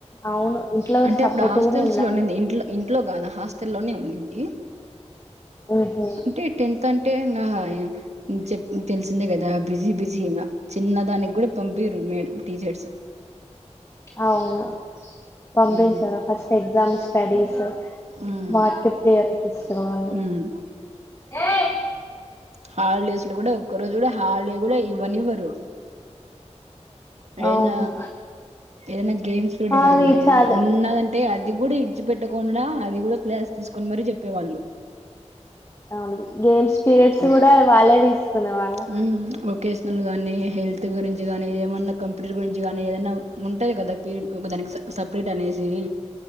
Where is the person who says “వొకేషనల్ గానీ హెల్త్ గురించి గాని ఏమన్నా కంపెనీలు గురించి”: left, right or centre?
Right